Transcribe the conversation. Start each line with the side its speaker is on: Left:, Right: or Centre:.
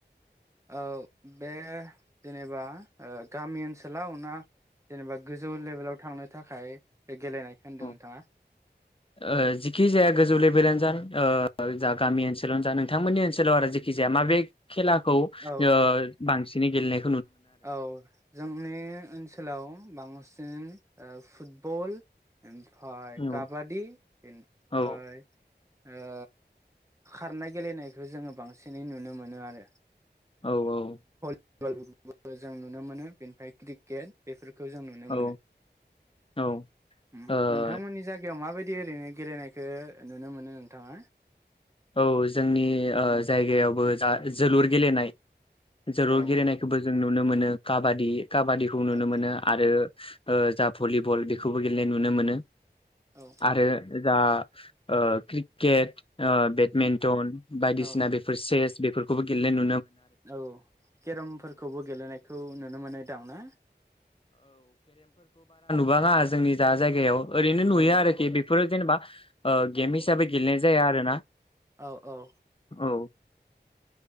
Right: ओह बे जेनेबा ओह गामि ओनसोलाव ना जेनेबा गोजौ लेबेलाव थांनो थाखाय बे गेलेनायखौ होनदों
Left: <unintelligible>
Right: नोंथाङा
Left: ओह जिखिजाया गोजौ लेबेलहानजानि ओह <unintelligible> जा गामि ओनसोलावनो जा नोंथांमोननि ओनसोलावआरो जेखि जाया माबे खेलाखौ ओह
Right: औ औ
Left: बांसिन बिनि गेलेनाय
Right: औ जोंनि ओनसोलाव बांसिनै ओह फुटबल ओमफाय
Left: औ
Right: काबादि इनफ्राय
Left: औ
Right: ओ‌ खारनाय गेलेनायखौ जोङो बांसिनै नुनो मोनो आरो
Left: औ औ
Right: फुटबल फुटबल जों नुनो मोनो बेनिफ्राय क्रिकेट बेफोर खौ जों नुनो
Left: औ
Right: मोनो।
Left: औ
Right: उम
Left: ओ
Right: नोंथांमोननि जायगायाव मा बाय बिदि ओरैनो गेलेनायखो नुनो मोनो नोंथाङा
Left: औ जोंनि ओ जायगायावबो जा जोलुर गेलेनाय जोलुर
Right: औ
Left: गेलेनायखौबो जों नुनो मोनो काबादि काबादिखौ नुनो
Right: औ
Left: मोनो आरो ओ जा भलिबल बेखौबो गेलेनाय नुनो मोनो
Right: औ
Left: आरो जा ओ क्रिकेट ओ बेदमिन्टन बायदिसिना
Right: औ
Left: बेफोर चेस बेफोरखौबो गेलेनाय नु
Right: औ केरमफोरखौबो गेलेनायखौ नुनो मोनोदां ना?
Left: बाङा जोंनि दा जायगायाव ओरैनो नुयो
Right: औ
Left: आरोखि बेफोरो जेनेबा ओ गेम हिसाबै गेलेनाय जाया आरो ना
Right: औ औ
Left: औ